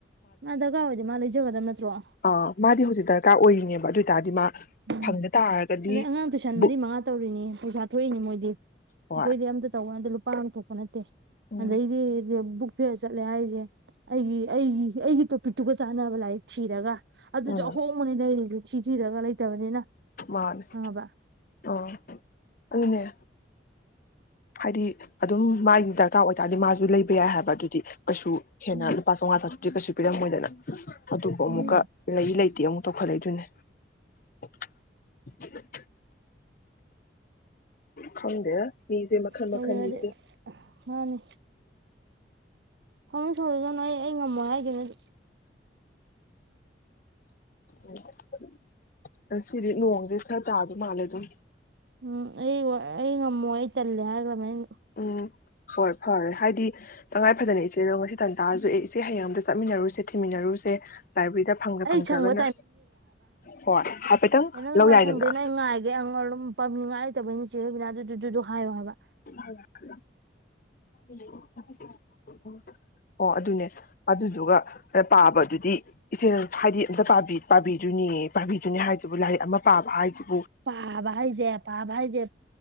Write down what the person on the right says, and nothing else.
ꯃꯥ ꯗꯒꯥ ꯑꯣꯏꯗꯤ ꯃꯥ ꯂꯩꯖꯒ ꯑꯗꯨꯝ ꯅꯠꯇ꯭ꯔꯣ
ꯎꯝ
ꯑꯗꯩ ꯑꯉꯥꯡ ꯇꯨꯏꯁꯟ
ꯃꯔꯤ ꯃꯉꯥ ꯇꯧꯔꯤꯅꯤ ꯄꯩꯁꯥ ꯊꯣꯛꯏꯅꯤ ꯃꯣꯏꯗꯤ
ꯑꯩꯈꯣꯏꯗꯤ ꯌꯥꯝ ꯑ ꯇꯧꯗ ꯂꯨꯄꯥꯊꯣꯛꯄ ꯅꯠꯇꯦ
ꯑꯗꯩꯗꯤꯕꯨ ꯐꯤꯌꯔ ꯆꯠꯂꯦ ꯍꯥꯏꯁꯦ ꯑꯩꯒꯤ ꯑꯩꯒꯤ ꯑꯩꯒꯤ ꯇꯣꯄꯤꯛꯇꯨꯒ ꯆꯥꯟꯅꯕ ꯂꯥꯏꯔꯤꯛ ꯊꯤꯔꯒ ꯑꯗꯨꯁꯨ
ꯑꯍꯣꯡꯕꯅꯤ ꯂꯩꯔꯤꯁꯦ ꯊꯤꯖꯤꯔꯒ ꯂꯩꯇꯕꯅꯤꯅ
ꯈꯪꯉꯕ
<unintelligible>
ꯎꯝ
ꯎꯝ
ꯇꯧꯖꯔꯗꯤ
ꯃꯥꯅꯤ ꯁꯥꯎꯅꯤꯡ-ꯁꯥꯎꯖꯥꯖꯅꯨ ꯑꯩ-ꯑꯩ ꯉꯝꯃꯣꯏ ꯍꯥꯏꯒꯤꯃꯤ ꯑꯗꯨꯝ
ꯎꯝ ꯑꯩ-ꯑꯩ ꯉꯝꯃꯣ ꯑꯩ ꯇꯜꯂꯦ ꯍꯥꯏꯈꯒꯔꯃ‌ꯦ
ꯑꯩ ꯁꯪꯕ
ꯑ‌ꯦ ꯅꯪ ꯀꯔꯝ
ꯀꯥꯟ
ꯁꯪꯗ‌‌ꯣꯏꯅ‌ꯣ ꯑꯩ ꯉꯥꯏꯒꯦ <unintelligible> ꯄꯝꯅꯤꯡꯉꯥꯏ ꯂꯩꯇꯕꯩꯩꯅ ꯆ‌ꯦ ꯔꯨꯕꯤꯅꯥꯗꯨ ꯑꯗꯨ ꯗꯨ ꯗꯨ ꯍꯥꯏꯌꯣ ꯍꯥꯏꯕ
ꯄꯥꯕ ꯍꯥꯏꯖꯦ ꯄꯥꯕ ꯍꯥꯏꯖꯦ